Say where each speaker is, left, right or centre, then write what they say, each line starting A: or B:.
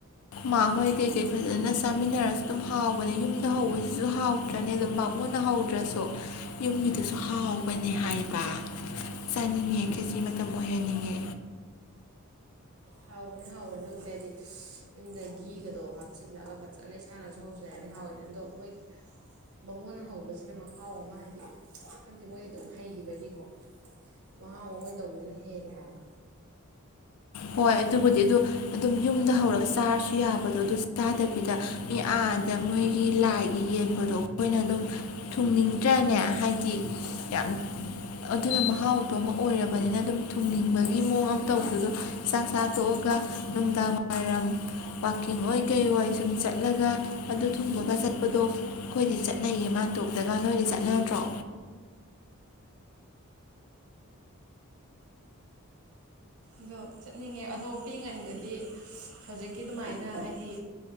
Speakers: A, on the left; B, on the right.
A: ꯈꯨꯃꯥ ꯍꯣꯏ ꯀꯩꯀꯩ ꯐꯖꯅ ꯆꯥꯃꯤꯟꯅꯔꯁꯨ ꯑꯗꯨꯝ ꯍꯥꯎꯕꯅꯦ ꯌꯨꯝꯗ ꯍꯧꯕꯁꯤꯁꯨ ꯍꯥꯎꯗ꯭ꯔꯅꯤ ꯑꯗꯨꯝ ꯕꯥꯃꯣꯟꯅ ꯍꯧꯗ꯭ꯔꯁꯨ ꯌꯨꯝꯒꯤꯗꯨꯁꯨ ꯍꯥꯎꯕꯅꯤ ꯍꯥꯏꯕ ꯆꯥꯅꯤꯡꯉꯦ ꯈꯦꯆꯤ ꯃꯇꯝ ꯑꯣꯏꯍꯟꯅꯤꯡꯉꯦ
B: ꯍꯥꯎꯕꯅꯤ ꯍꯥꯎꯕꯅꯤ ꯑꯗꯨꯕꯨꯗꯤ ꯍꯥꯏꯗꯤ ꯌꯨꯝꯗ ꯘꯤꯒꯗꯣ ꯍꯥꯞꯆꯤꯜꯂꯒ ꯐꯖꯅ ꯏꯁꯥꯅꯁꯨ ꯍꯧꯖꯔꯗꯤ ꯍꯥꯏꯗꯤ ꯍꯥꯎꯋꯤꯗꯅ ꯑꯗꯣ ꯃꯣꯏꯒꯤ ꯕꯥꯃꯣꯟꯅ ꯍꯧꯕꯁꯤꯅ ꯃꯍꯥꯎ ꯑꯃ ꯍꯥꯏꯗꯤ ꯈꯪꯗꯦ ꯃꯣꯏꯗꯤ ꯑꯗꯨꯝ ꯍꯩꯈꯤꯕꯒꯤꯀꯣ ꯃꯍꯥꯎ ꯑꯃ ꯃꯣꯏꯅ ꯇꯧꯕꯁꯤꯅ ꯍꯦꯜꯂꯦ ꯍꯥꯏꯕ
A: ꯍꯣꯏ ꯑꯗꯨꯕꯨꯗꯤ ꯑꯗꯨ ꯑꯗꯨꯝ ꯌꯨꯝꯗ ꯍꯧꯔꯒ ꯆꯥꯔꯁꯨ ꯌꯥꯕꯗꯣ ꯑꯗꯨ ꯆꯥꯗꯕꯤꯗ ꯑꯥꯗ ꯃꯣꯏꯒꯤ ꯂꯥꯏꯒꯤ ꯌꯦꯟꯕꯗꯣ ꯑꯩꯈꯣꯏꯅ ꯑꯗꯨꯝ ꯊꯨꯡꯅꯤꯡꯗ꯭ꯔꯅꯦ ꯍꯥꯏꯗꯤ ꯌꯥꯝ ꯑꯗꯨꯅ ꯃꯍꯥꯎꯗꯣ ꯑꯃ ꯑꯣꯏꯔꯕꯅꯤꯅ ꯑꯗꯨꯝ ꯊꯨꯡꯅꯤꯡꯕꯒꯤ ꯃꯑꯣꯡ ꯑꯃ ꯇꯧꯕꯗꯣ ꯆꯥꯛ ꯆꯥ ꯇꯣꯛꯑꯒ ꯅꯨꯡꯗꯥꯡ ꯋꯥꯏꯔꯝ ꯋꯥꯛꯀꯤꯡ ꯑꯣꯏ ꯀꯩ ꯑꯣꯏ ꯁꯨꯝ ꯆꯠꯂꯒ ꯑꯗꯨ ꯊꯨꯝꯕꯒ ꯆꯠꯄꯗꯣ ꯑꯩꯈꯣꯏꯗꯤ ꯆꯠꯅꯩꯌꯦ ꯃꯥꯥꯟꯇꯣꯞꯇꯒ ꯅꯣꯏꯗꯤ ꯆꯠꯅꯗ꯭ꯔꯣ
B: ꯑꯗꯣ ꯆꯠꯅꯤꯡꯉꯦ ꯑꯗꯣ ꯄꯤꯛꯏꯉꯥꯏꯗꯗꯤ ꯍꯧꯖꯤꯛꯀꯤ ꯑꯗꯨꯃꯥꯏꯅ ꯍꯥꯏꯗꯤ